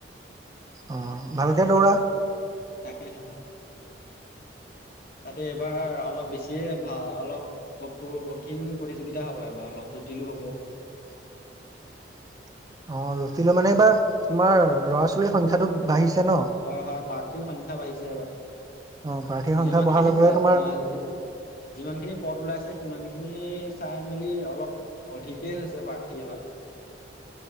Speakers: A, on the right; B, on the left.
A: অ ভালকে দৌৰা
B: তাকে হে তাতে এইবাৰ অলপ বেছিয়ে ভাল অলপ কঠোৰ কঠিন প্ৰতিযোগিতা হ'ব এবাৰ অলপ জটিলো হ'ব
A: <unintelligible> অ জটিল মানে এইবাৰ তোমাৰ লৰা ছোৱালীৰ সংখ্যাটো বাঢ়িছে। ন
B: হয় হয় প্ৰাৰ্থীৰ সংখ্যয়া বাঢ়িছে এইবাৰ
A: অ প্ৰাৰ্থীৰ সংখ্যা
B: যিমানখিনি
A: বঢ়াৰ লগে লগে
B: প
A: তোমাৰ
B: অ যিমান খিনি পথ ওলাই আছে সিমান খিনি খিনি চাই মেলি অলপ অধিকেই হৈছে প্ৰাৰ্থীয়ে বা